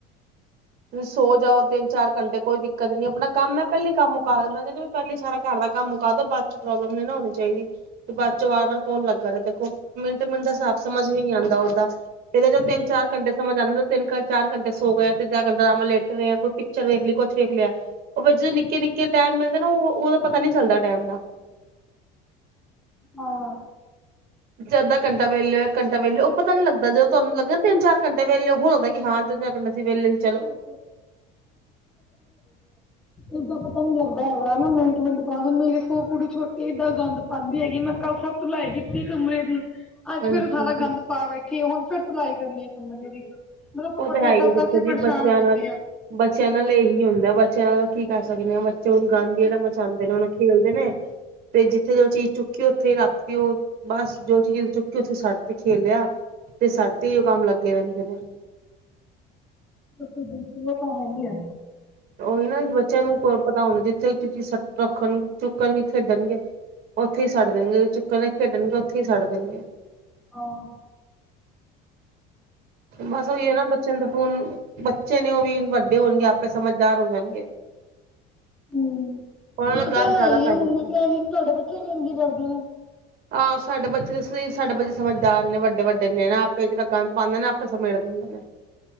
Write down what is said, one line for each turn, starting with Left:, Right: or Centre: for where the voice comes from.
Right: ਤੁਸੀਂ ਸੋ ਜਾਓ ਤਿੰਨ ਚਾਰ ਘੰਟੇ ਕੋਈ ਦਿੱਕਤ ਨੀ ਆਪਣਾ ਕੰਮ ਮੈਂ ਪਹਿਲੀ ਕੰਮ ਮੁਕਾ ਮੈਂ ਕਹਿੰਦੀ ਪਹਿਲੇ ਸਾਰਾ ਘਰ ਦਾ ਕੰਮ ਮੁਕਾ ਦੋ, ਬਾਅਦ ਚ ਪ੍ਰੋਬਲਮ ਨਹੀਂ ਨਾ ਹੋਣੀ ਚਾਹੀਦੀ, ਤੇ ਬਾਅਦ ਚ ਵਾਰ- ਵਾਰ ਕੌਣ ਲੱਗਾ ਰਹਿੰਦਾ। ਮਿੰਟ-ਮਿੰਟ ਦਾ ਸਾਬ ਸਮਝ ਵੀ ਨਹੀਂ ਆਂਦਾ ਉਦਾ ਇਹਦਾ ਚੋਂ ਤਿੰਨ ਚਾਰ ਘੰਟੇ ਸਮਝ ਆਂਦਾ ਤਿੰਨ ਘੰਟੇ। ਚਾਰ ਘੰਟੇ ਸੋ ਗਏ ਤਿੰਨ ਚਾਰ ਘੰਟ ਡਰਾਮਾ ਲੈਟ ਰਹੇ ਕੋਈ ਪਿਕਚਰ ਦੇਖ ਲਈ ਕੁਛ ਵੇਖ ਲਿਆ। ਉਹ ਜਦੋਂ ਨਿੱੱਕੇ ਨਿੱੱਕੇ ਟੈਮ ਮਿਲਦੇ ਨਾ ਉਹ ਉਹਦਾ ਪਤਾ ਨੀ ਚੱਲਦਾ ਟੈਮ ਦਾ।
Centre: ਹਾਂ,
Right: ਅੱਧਾ ਘੰਟਾ ਵਿਹਲੇ ਇੱਕ ਘੰਟ ਵਿਹਲੇ ਉਹ ਪਤਾ ਲੱਗਦਾ ਜਦੋਂ ਤੁਹਾਨੂੰ ਲੱਗਿਆ ਨਾ ਤਿੰਨ ਚਾਰ ਘੰਟੇ ਵਿਹਲੇ ਹੋ ਉਹ ਲਗਦਾ, ਸੀਂ ਵਿਹਲੇ ਸੀ ਚਲੋ।
Centre: <unintelligible> ਏਦਾਂ ਪਤਾ ਨੀ ਲੱਗਦਾ ਹੈਗਾ ਨਾ ਮਿੰਟ-ਮਿੰਟ ਬਾਅਦ ਮੇਰੇ ਸ ਕੁੜੀ ਛੋਟੀ ਏਦਾਂ ਗੰਦ ਪਾਂਦੀ ਹੈਗੀ। ਮੈਂ ਕੱਲ੍ਹ ਸਭ ਤੁਲਾਈ ਕੀਤੀ ਕਮਰੇ ਦੀ। ਅੱਜ
Right: ਹਾਂਜੀ
Centre: ਫੇਰ ਸਾਰਾ ਗੰਦ ਪਾ ਬੈਠੀ ਆ ਹੁਣ ਫਿਰ ਤੁਲਾਈ ਕਰਨੀ ਐ ਕਮਰੇ ਦੀ। ਮਤਲਬ ਸਫਾਈਆਂ
Right: ਉਹ ਤਾਂ ਹੈਈ
Centre: ਕਰ
Right: ਐ ਦੇਖੋ
Centre: ਕਰਕੇ
Right: ਜੀ
Centre: ਪਰੇਸ਼ਾਨ
Right: ਬੱਚਿਆਂ
Centre: ਹੋ ਜਾਂਦੀ
Right: ਨਾਲ
Centre: ਆ
Right: ਬੱਚਿਆਂ ਨਾਲ ਇਹੀ ਹੁੰਦਾ ਬੱਚਿਆਂ ਨਾਲ ਕੀ ਕਰ ਸਕਦੇ ਆ ਬ? ਚ ਗੰਦ
Centre: ਬੱਚੇ
Right: ਜਿਹੜਾ ਮਚਾਂਦੇ ਨੇ ਉਹ ਖੇਲਦੇ ਨੇ ਤੇ ਜਿੱਥੇ ਜੋ ਚੀਜ਼ ਚੁੱਕੀ ਉੱਥੇ ਹੀ ਰੱਖਤੀ ਉਹ। ਬਸ ਜੋ ਚੀਜ਼ ਚੁੱਕ ਕੇ ਉੱਥੇ ਸਟ ਤੇ ਖੇਲਿਆ ਤੇ ਸਟ ਤੇ ਹੀ ਉਹ ਕੰਮ ਲੱਗੇ ਰਹਿੰਦੇ ਨੇ।
Centre: <unintelligible> ਬਿਲਕੁਲ ਉਹ ਤਾਂ ਹੈਈ ਐ।
Right: ਉਹੀ ਨਾ ਬੱਚਿਆਂ ਨੂੰ ਪਤਾ ਹੋਣ ਜਿੱਥੇ ਚੀਜ਼ ਸ ਰੱਖਣ ਚੁੱਕਣਗੇ ਖੇਡਣਗੇ। ਉੱਥੇ ਹੀ ਸੱਟ ਦੇਣਗੇ ਜ ਚੁੱਕਣ ਨੇ ਖੇਡਣਗੇ ਉੱਥੇ ਹੀ ਛੱਡ ਦੇਣਗੇ।
Centre: ਹਾਂ,
Right: ਬਸ ਓਹੀ ਐ ਨਾ ਬੱਚਿਆਂ ਨੇ ਹੁਣ ਬੱਚੇ ਨੇ ਉਹ ਵੀ ਵੱਡੇ ਹੋਣਗੇ ਆਪੇ ਸਮਝਦਾਰ ਹੋ ਜਾਣਗੇ।
Centre: ਹੂੰ,
Right: ਉਹਨਾਂ
Centre: ਉਹ
Right: ਨਾਲ ਗੰਦ
Centre: ਤੇ ਹੈਈ
Right: ਜ਼ਿਆਦਾ ਪੈ
Centre: ਹੁਣ
Right: ਜਾਂਦਾ
Centre: ਤੇ ਅਸੀਂ ਤੁਹਾਡੇ ਬੱਚੇ ਵੀ ਇੰਝ ਕਰਦੇ ਨੇ।
Right: ਆਹ ਸਾਡੇ ਬੱਚੇ ਸਈ ਸਾਡੇ ਬੱਚੇ ਸਮਝਦਾਰ ਨੇ ਵੱਡੇ ਵੱਡੇ ਨੇ ਨਾ ਆਪੇ ਗੰਦ ਪਾਂਦੇ ਨੇ ਆਪੇ ਸਮੇਟ ਦਿੰਦੇ ਨੇ।